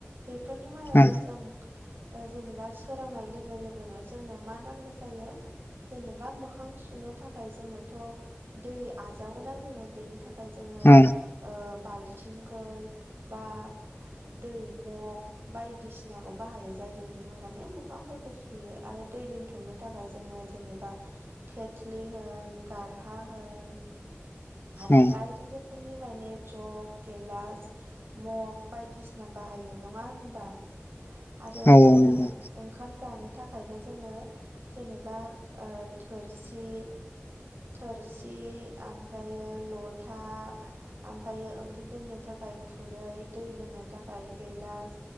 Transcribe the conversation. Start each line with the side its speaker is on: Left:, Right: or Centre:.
Right: बेफोरनि मादावनो
Left: औ
Right: जों ओ जेनेबा सोरांनाय लोगो लोगोनो जोंनो मा नांगौ जायो जेनेबा मोखां सुनो थाखाय जोंनोथ' दै आजावोना जोङो बेनि फाय जोङो ओ
Left: औ
Right: बाल्थिंफोर बा दै मग बायदिसिनाखौ बाहायो जायजों जोङो माने मोखांफोरखौ सुयो आरो दै दोनथुमो थाखाय जोङो जेनेबा खेथ्लि होन गारहा होन आरो
Left: औ
Right: बायदि रोखोमनि माने जग गेलास मग बायदिसिना बाहायो नङा होनबा आरो
Left: औ
Right: जोङो
Left: नंगौ
Right: ओंखाम जानो थाखायबो जोङो जेनेबा ओ थोरसि थोरसि ओमफ्रायो लथा ओमफ्रायो ओंख्रि दोननो थाखाय खुरै दै लोंनो थाखाय गेलास